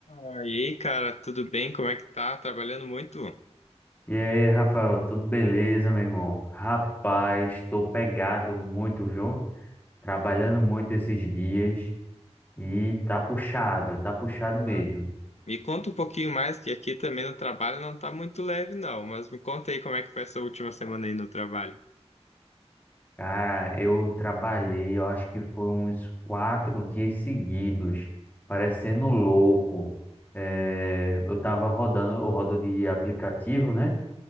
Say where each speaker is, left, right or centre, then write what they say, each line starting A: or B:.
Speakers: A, on the left; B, on the left.
A: aí, cara, tudo bem? Como é que tá? Trabalhando muito?
B: E aí, Rafael, tudo beleza, meu irmão? Rapaz, tô pegado muito, viu? Trabalhando muito esses dias e tá puxado, tá puxado mesmo.
A: Ah, me conta um pouquinho mais, que aqui também no trabalho não tá muito leve, não. Mas me conta aí como é que foi essa última semana aí no trabalho.
B: Cara, eu trabalhei, eu acho que foi uns quatro dias seguidos, parecendo louco. Eh, eu tava rodando, eu rodo de aplicativo, né?